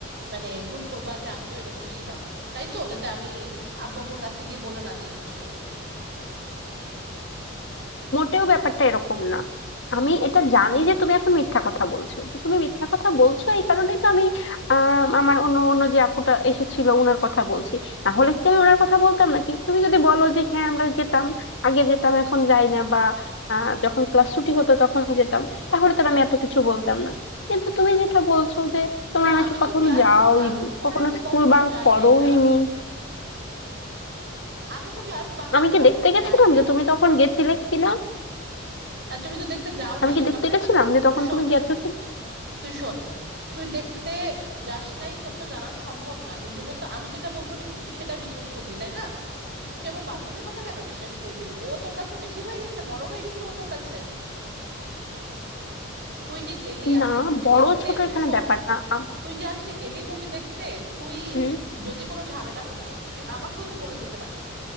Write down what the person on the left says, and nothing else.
মোটেও ব্যাপারটা এরকম না আমি এটা জানি যে তুমি এখন মিথ্যা কথা বলছো তো তুমি মিথ্যা কথা বলছো এই কারণেই তো আমি আহ, আমার অন্য অন্য যে আপুটা এসেছিল ওনার কথা বলছি না হলে কি আমি ওনার কথা বলতাম নাকি তুমি যদি বলো যে হ্যাঁ আমরা যেতাম আগে যেতাম এখন যাই না বা আহ, যখন ক্লাস ছুটি হতো তখন যেতাম তাহলে তো আর আমি এত কিছু বলতাম না কিন্তু তুমি যেটা বলছো যে তোমরা
নাকি
কখনো
যাওইনি
কখনো
স্কুল
বাঙ্ক
করোইনি
আমি
কি
দেখতে গেছিলাম
যে তুমি তখন গেছিলে কিনা
আমি
কি
দেখতে
গেছিলাম
যে তখন
তুমি গেছো
না
বড়
ছোট
এখানে
ব্যাপার না আমার
হুম